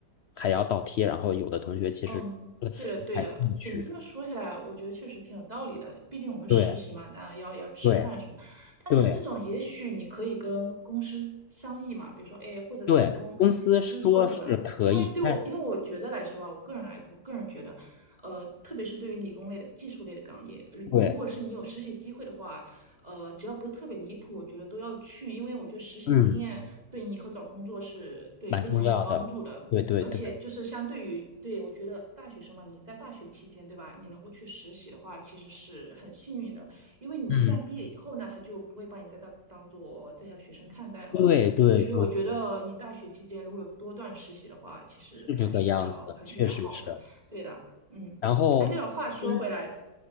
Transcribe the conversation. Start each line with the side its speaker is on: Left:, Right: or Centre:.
Left: 还要倒贴。然后有的同学其实不感兴趣，
Right: 嗯，对的，对的，你这么说起来，我觉得确实挺有道理的。毕竟我们实习嘛，
Left: 对
Right: 当然要要吃饭什么。
Left: 对
Right: 但是这种，
Left: 对
Right: 也许你可以跟公司商议嘛，比如说，哎，或者提供吃宿啊什么的。
Left: 对，公司说是可以，
Right: 因为对我，
Left: 但
Right: 因为我觉得来说啊，我个人来，我个人觉得，呃，特别是对于理工类的、技术类的岗业，呃如果是你有实习机会的话，
Left: 对，
Right: 呃，只要不是特别离谱，我觉得都要去，因为我觉得实习经验对你以后找工作是对非常有帮助的。
Left: 嗯，蛮重要的，对对对，
Right: 而且就是相对于，对，我觉得大学生嘛，你在大学期间，对吧？你能够去实习的话，其实是很幸运的，因为你一旦毕业以后呢，
Left: 嗯，
Right: 他就不会把你再当当做在校学生看待了嘛。
Left: 对对对，
Right: 对，所以我觉得你大学期间如果有多段实习的话，其实还是比较还是比较好的。
Left: 是这个样子，确实是。
Right: 对的，嗯。
Left: 然后。
Right: 哎，对了，话说回来，
Left: 嗯。